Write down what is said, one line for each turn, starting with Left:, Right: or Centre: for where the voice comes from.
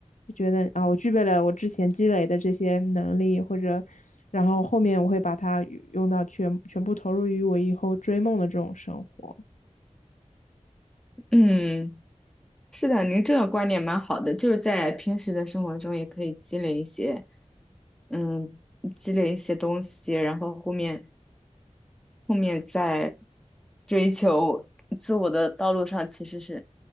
Left: 就觉得啊，我具备了我之前积累的这些能力，或者，然后后面我会把它与用到全全部投入于我以后追梦的这种生活。
Centre: 嗯。是的，您这个观点蛮好的，就是在平时的生活中也可以积累一些，嗯，积累一些东西，然后后面后面在追求自我的道路上，其实是